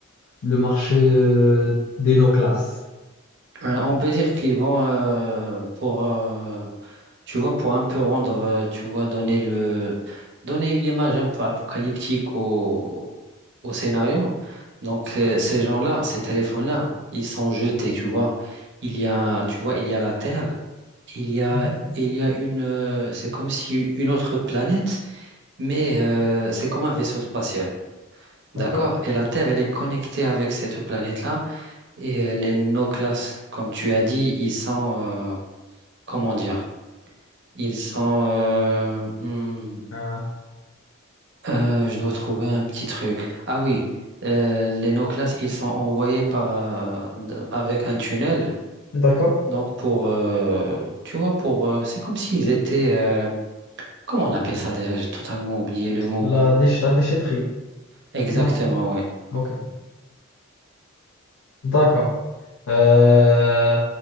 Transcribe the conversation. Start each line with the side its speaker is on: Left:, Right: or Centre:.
Left: le marché euh, des no-classes.
Right: Euh, on peut dire qu'ils vont euh, pour euh, tu vois pour un peu rendre euh, tu vois donner le donner une image un peu apocalyptique au au scénario. Donc euh, ces gens-là, ces téléphones-là, ils sont jetés, tu vois. Il y a tu vois, il y a la Terre, il y a
Left: Mhm.
Right: il y a une euh, c'est comme si une autre planète, mais euh, c'est comme un vaisseau spatial. D'accord?
Left: D'accord.
Right: Et la Terre, elle est connectée avec cette planète-là. Et euh, les no class, comme tu as dit, ils sont, euh, comment dire, ils sont, euh, hmm,
Left: Euh,
Right: euh, je dois trouver un petit truc. Ah oui, euh, les no class, ils sont envoyés par, euh, d- avec un tunnel.
Left: D'accord.
Right: Donc pour, euh, tu vois, pour, euh, c'est comme s'ils étaient, euh, comment on appelle ça déjà? J'ai totalement oublié le mot.
Left: La déch- la déchetterie.
Right: Exactement,
Left: Non.
Right: ouais,
Left: Ok. D'accord. Euh,